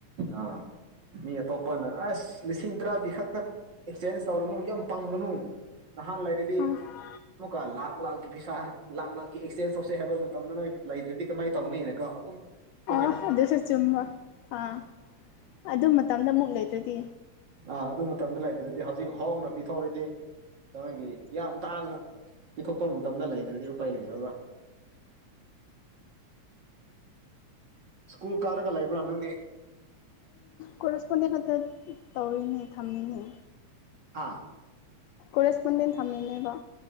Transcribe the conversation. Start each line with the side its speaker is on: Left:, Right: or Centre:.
Right: ꯑꯥ꯫ ꯃꯤ ꯑꯇꯣꯞꯄꯅ ꯑꯁ ꯂꯤꯁꯤꯡ ꯇꯔꯥꯒꯤ ꯈꯛꯇ ꯑꯦꯛꯆꯦꯟꯖ ꯇꯧꯔꯨꯅꯨ ꯌꯥꯝ ꯄꯪꯒꯅꯨ꯫ ꯅꯍꯥꯟ ꯂꯩꯔꯤꯗꯤ꯫
Left: ꯑꯥ
Right: ꯑꯃꯨꯛꯀ ꯂꯥꯛ ꯂꯥꯛꯀꯤ ꯄꯩꯁꯥ ꯂꯥꯛ ꯂꯥꯛꯀꯤ ꯑꯦꯛꯁꯆꯦꯟꯖ ꯇꯧꯁꯩ ꯍꯥꯏꯕ ꯃꯇꯝꯗ ꯅꯣꯏ ꯂꯩꯗ꯭ꯔꯗꯤ ꯀꯃꯥꯏꯅ ꯇꯧꯅꯤꯅꯀꯣ꯫ ꯎ꯫ <inaudible>
Left: ꯑ ꯑꯗꯨꯁꯨ ꯆꯨꯝꯕ ꯑꯥ ꯑꯗꯨ ꯃꯇꯝꯗ ꯑꯃꯨꯛ ꯂꯩꯇ꯭ꯔꯗꯤ
Right: ꯑꯥ ꯑꯗꯨ ꯃꯇꯝꯗ ꯂꯩꯇ꯭ꯔꯗꯤ ꯍꯧꯖꯤꯛ ꯍꯣꯡꯅ ꯄꯤꯊꯣꯛꯔꯗꯤ ꯅꯣꯏꯒꯤ ꯌꯥꯝ ꯇꯥꯡꯅ ꯄꯤꯊꯣꯛꯄ ꯃꯇꯝꯗ ꯂꯩꯗ꯭ꯔꯗꯤ ꯎꯄꯥꯏ ꯂꯩꯔꯣꯏꯕꯥ꯫ ꯁꯀꯨꯜ ꯀꯔꯒ ꯂꯩꯕꯔꯥ ꯅꯪꯗꯤ꯫
Left: ꯀꯣꯔꯦꯁꯄꯣꯟꯗꯤꯡ ꯈꯛꯇ ꯇꯧꯔꯤꯅꯦ ꯊꯝꯃꯤꯅꯦ꯫
Right: ꯍꯥꯥ
Left: ꯀꯣꯔꯦꯁꯄꯣꯟꯗꯦꯟ ꯊꯝꯃꯤꯅꯦꯕ꯫